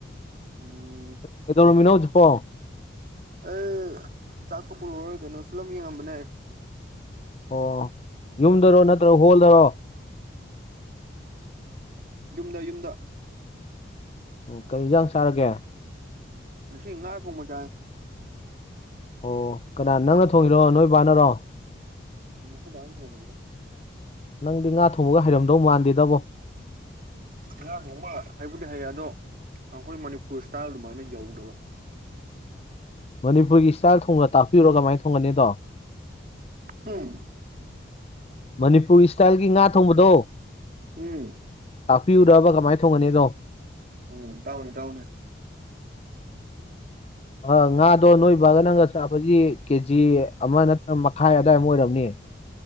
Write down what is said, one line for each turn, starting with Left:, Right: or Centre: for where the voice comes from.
Right: ꯎꯝ
Left: ꯀꯩꯗꯧꯔꯝꯃꯤꯅꫭ ꯍꯧꯖꯤꯛꯄꫭ
Right: ꯑꯩ ꯆꯥꯛꯇꯣꯛꯄ ꯂꯣꯏꯔ ꯀꯩꯅꯣ ꯐꯤꯂꯝ ꯌꯦꯉꯝꯕꯅꯦ
Left: ꯑꯣ ꯌꯨꯝꯗꯔꯣ ꯅꯠꯇ꯭ꯔꯣ ꯍꯣꯜꯗꯔꯣ
Right: ꯌꯨꯝꯗ ꯌꯨꯝꯗ
Left: ꯑꯣ ꯀꯔꯤ ꯏꯟꯖꯥꯡ ꯆꯥꯔꯒꯦ
Right: ꯉꯁꯤ ꯉꯥ ꯊꯣꯡꯕ ꯆꯥꯏ
Left: ꯑꯣ ꯀꯅꯥ ꯅꯪꯅ ꯊꯣꯡꯉꯤꯔꯣ ꯅꯣꯏ ꯕꯥꯅꯔꯣ
Right: ꯎꯝ ꯑꯈꯣꯏ ꯕꯥꯅ ꯊꯣꯡꯕꯅꯤꯗ
Left: ꯅꯪꯗꯤ ꯉꯥ ꯊꯣꯡꯕꯒ ꯍꯩꯔꯝꯗꯧ ꯃꯥꯟꯗꯦꯗꯕꯣ
Right: ꯉꯥ ꯊꯣꯡꯕ ꯍꯩꯕꯨꯗꯤ ꯍꯩ ꯑꯗꯣ ꯑꯩꯈꯣꯏ ꯃꯅꯤꯄꯨꯔ ꯏꯁꯇꯥꯏꯜ ꯑꯗꯨꯃꯥꯏꯅ ꯌꯧꯗꯕ
Left: ꯃꯅꯤꯄꯨꯔꯒꯤ ꯏꯁꯇꯥꯏꯜ ꯊꯣꯡꯅ ꯇꯥꯛꯄꯤꯔꯣ ꯀꯃꯥꯏ ꯊꯣꯡꯒꯅꯤꯗꯣ
Right: ꯎꯝ
Left: ꯃꯅꯤꯄꯨꯔ ꯏꯁꯇꯥꯏꯜꯒꯤ ꯉꯥ ꯊꯣꯡꯕꯗꯣ
Right: ꯎꯝ
Left: ꯇꯥꯛꯄꯤꯌꯨꯔꯕ ꯀꯃꯥꯏ ꯊꯣꯡꯒꯅ‌ꯦꯗꫭ
Right: ꯎꯝ ꯇꯥꯛꯎꯅꯦ ꯇꯥꯛꯎꯅꯦ
Left: ꯑ ꯉꯥꯗꯣ ꯅꯣꯏꯕꯥꯒ ꯅꯪꯒ ꯆꯥꯕꯒꯤ ꯀꯦꯖꯤ ꯑꯃ ꯅꯠꯇ꯭ꯔ ꯃꯈꯥꯏ ꯑꯗꯥꯏꯃꯨꯛ ꯑꯣꯏꯔꯝꯅꯤ